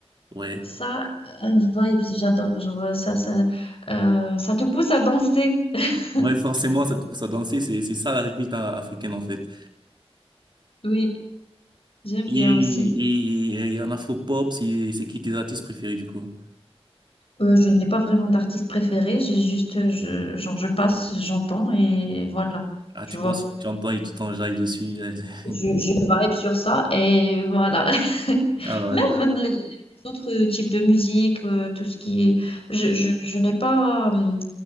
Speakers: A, on the right (about 45°); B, on the left (about 60°).
A: Ouais.
B: Ça, un vibe, j'adore. Genre, euh, ça, ça, euh, ça te pousse à danser. <laughs>
A: Ouais, forcément, ça te pousse à danser. C'est, c'est ça la rythmique a- africaine, en fait.
B: Oui, j'aime
A: Et,
B: bien aussi.
A: et, et en afro-pop, c'est, c'est qui tes artistes préférés, du coup?
B: Euh, je n'ai pas vraiment d'artiste préféré. J'ai juste, euh, je, genre, je passe, j'entends et voilà.
A: Ah,
B: Tu
A: tu
B: vois,
A: passes, tu entends et tu t'enjailles dessus. <laughs>
B: je, je vibe sur ça et voilà. <laughs>
A: Ah ouais.
B: Même, même les, les autres types de musique, euh, tout ce qui est. Je, je, je n'ai pas. hum,